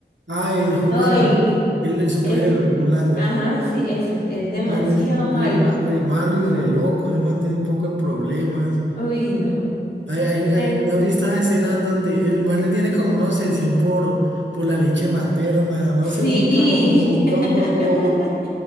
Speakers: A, on the right; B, on the left.
A: Ah, el Hulander,
B: No, el
A: el, el superhéroe,
B: es,
A: Hulander.
B: ajá, sí, eso, es demasiado
A: man es
B: malo.
A: re, ma- re malo y re loco, ese man tiene un poco de problemas.
B: Uy, no.
A: Hay, hay, hay-
B: Es-
A: ¿no has visto esas escenas donde el man tiene como una obsesión por, por la leche materna? No sé,
B: Sí.
A: es como, como un
B: <laughs>
A: loco todo,